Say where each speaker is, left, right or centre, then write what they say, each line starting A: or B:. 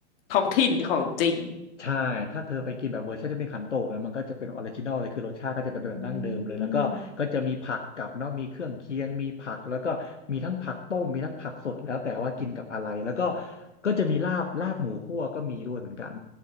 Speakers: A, on the left; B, on the left.
A: ท้องถิ่นของจริง
B: ใช่ถ้าเธอไปกินแบบเวอร์ชันที่เป็นขันโตกนะมันก็จะเป็นออริจินอลเลยคือรสชาติก็จะเป็นแบบดั้งเดิมเลยแล้วก็ก็จะมีผักกับเนาะมีเครื่องเคียงมีผักแล้วก็มีทั้งผักต้มมีทั้งผักสดแล้วแต่ว่ากินกับอะไรแล้วก็
A: อืม
B: ก็จะมีลาบลาบหมูคั่วก็มีด้วยเหมือนกัน